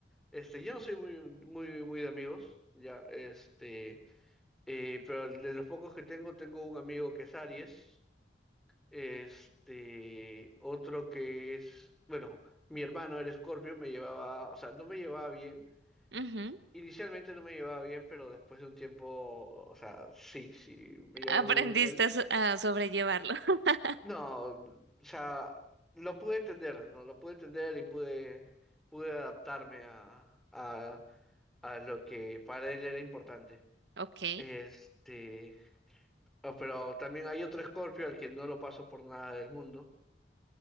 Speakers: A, in the centre; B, on the right.
A: este, yo no soy muy, muy, muy de amigos, ya, este, eh, pero de los pocos que tengo, tengo un amigo que es Aries, este, otro que es, bueno, mi hermano era Escorpio, me llevaba, o sea, no me llevaba bien.
B: Ujú.
A: Inicialmente no me llevaba bien, pero después de un tiempo, o sea, sí, sí,
B: <laughs>
A: me llevaba
B: Aprendiste
A: muy bien con él.
B: a, so- a sobrellevarlo. <laughs>
A: No, o sea, lo pude entender, ¿no? Lo pude entender y pude, pude adaptarme a, a, a lo que para él era importante.
B: Ok,
A: Este, ah, pero también hay otro Scorpio al que no lo paso por nada del mundo.